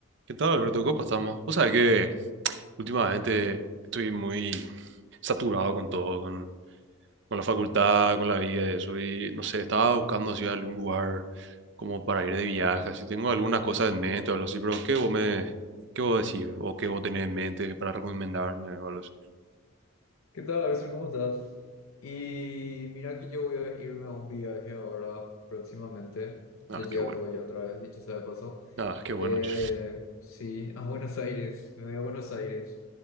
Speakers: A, on the right; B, on the left.
A: ¿Qué tal, Alberto? ¿Cómo estamos? Vos sabés que últimamente estoy muy saturado con todo, con, con la facultad, con la vida y eso. Y no sé, estaba buscando así algún lugar como para ir de viaje. Así tengo algunas cosas en mente o algo así, pero ¿qué vos me, qué vos decís? ¿O qué vos tenés en mente para recomendarme o algo así?
B: ¿Qué tal, Axel? ¿Cómo estás? Y mira que yo voy a irme a un viaje ahora próximamente.
A: Ah,
B: Ya llega
A: qué bueno.
B: todo ya otra vez, dicho sea de paso.
A: Ah, qué bueno.
B: Eh,
A: che.
B: sí, a Buenos Aires. Me voy a Buenos Aires.